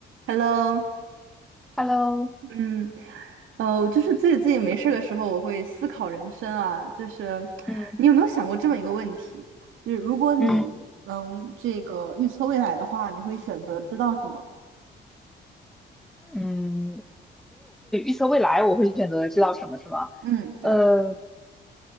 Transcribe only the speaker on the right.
Hello，
嗯，呃，就是自己自己没事儿的时候，我会思考人生啊。就是
你有没有想过这么一个问题？就是如果你能这个预测未来的话，
你会选择知道什么？
嗯，对